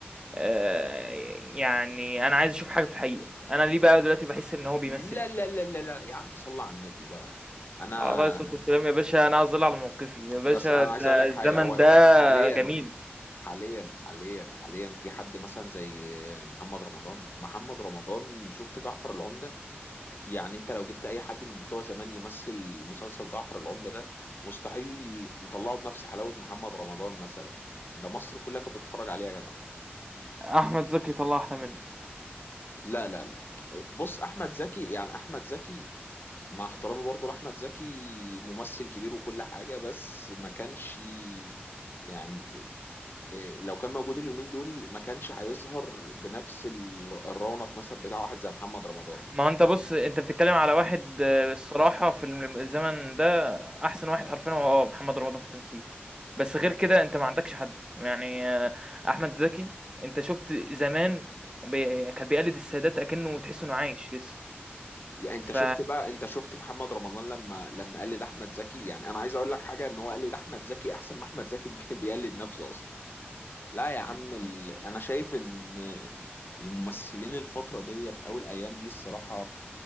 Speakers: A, on the right; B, on the left.
A: آآ يعني أنا عايز أشوف حاجة في الحقيقة، أنا ليه بقى دلوقتي باحس إن هو بيمثّل؟
B: لا لا لا لا لا يا عم صل على النبي بقى أنا
A: على عليه الصلاة والسلام يا باشا أنا أظل على موقفي، يا باشا
B: بس أنا
A: أنت
B: عايز أقول لك حاجة
A: الزمن
B: هو
A: ده
B: حاليا
A: جميل،
B: حاليا حاليا حاليا في حد مثلا زي محمد رمضان محمد رمضان شفت جعفر العمدة يعني انت لو جبت اي حد من بتوع زمان يمثل مسلسل جعفر العمدة ده مستحيل يطلعه بنفس حلاوة محمد رمضان مثلا ده مصر كلها كانت بتتفرج عليه يا جدع
A: أحمد زكي طلّع أحلى منّه.
B: لا لا لا بص احمد زكي يعني احمد زكي مع احترامي برضه لاحمد زكي ممثل كبير وكل حاجة بس ما كانش يعني إيه، لو كان موجود اليومين دولي ما كانش هيظهر بنفس ال- الرونق مثلا بتاع واحد زي محمد رمضان
A: ما هو أنت بُص، أنت بتتكلّم على واحد آه، الصراحة في الم الزمن ده أحسن واحد حرفيًا هو آه، محمد رمضان في التمثيل، بس غير كده أنت ما عندكش حد، يعني آه، أحمد زكي أنت شُفت زمان بي كان بيقلد السادات أكنّه تحس إنه عايش لسه،
B: يعني انت
A: ف
B: شفت بقى انت شفت محمد رمضان لما لما قلد احمد زكي يعني انا عايز اقول لك حاجه ان هو قلد احمد زكي احسن ما احمد زكي <laughs> بي- بيقلد نفسه اصلا لا يا عم ال... انا شايف ان الممثلين الفترة ديت او الايام دي الصراحة